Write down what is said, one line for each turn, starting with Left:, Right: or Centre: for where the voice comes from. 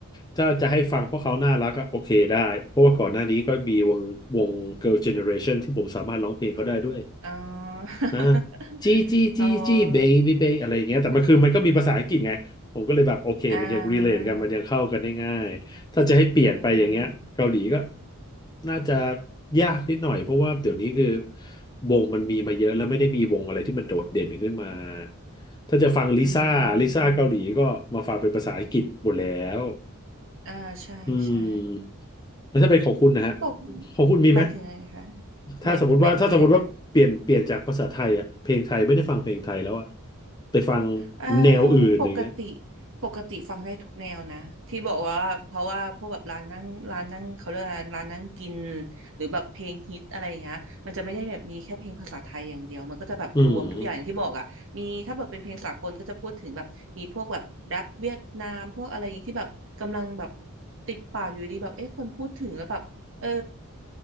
Left: ถ้าจะให้ฟังเพราะเขาน่ารักอะโอเคได้เพราะว่าก่อนหน้านี้ก็มีวงวงเกิร์ลเจเนอเรชันที่ผมสามารถร้องเพลงเขาได้ด้วย
Right: อ๋อ <laughs>
Left: อ่าจี้จี้จี้จี้เบบี้เบอะไรอย่างเงี้ยแต่มันคือมันก็มีภาษาอังกฤษไงผมก็เลยแบบโอเคมันยังรีเลทกันมันยังเข้ากันได้ง่ายถ้าจะให้เปลี่ยนไปอย่างเงี้ยเกาหลีก็
Right: อ๋อ อ่า อืม
Left: น่าจะยากนิดหน่อยเพราะว่าเดี๋ยวนี้คือวงมันมีมาเยอะแล้วไม่ได้มีวงอะไรที่มันโดดเด่นขึ้นมาถ้าจะฟังลิซ่าลิซ่าเกาหลีก็มาฟังเป็นภาษาอังกฤษหมดแล้ว
Right: อืม อ่า ใช่
Left: อืม
Right: ใช่
Left: แล้วถ้าเป็นของคุณนะฮะ
Right: บอก
Left: ของคุณมีไหม
Right: หมายถึงไงคะ
Left: ถ้าสมมติว่าถ้าสมมติว่าเปลี่ยนเปลี่ยนจากภาษาไทยอ่ะเพลงไทยไม่ได้ฟังเพลงไทยแล้วอ่ะ
Right: หมายหมายถึงไงคะ
Left: ไปฟัง
Right: เอ่อ
Left: แนวอื่นอย่างเงี้ย
Right: ปกติปกติฟังได้ทุกแนวนะที่บอกว่าเพราะว่าพวกแบบร้านนั่งร้านนั่งเขาเรียกว่าร้านนั่งกินหรือแบบเพลงฮิตอะไรอย่างเงี้ยมันจะไม่ได้แบบมีแค่เพลงภาษาไทยอย่างเดียวมันก็จะแบบรวมทุกอย่างอย่างที่บอกอ่ะมีถ้าแบบเป็นเพลงสากลก็จะพูดถึงแบบมีพวกแบบแรปเวียดนามพวกอะไรอย่างงี้ที่แบบกำลังแบบ
Left: อืม
Right: ติดปากอยู่ดีแบบเอ๊ะคนพูดถึงแล้วแบบเออ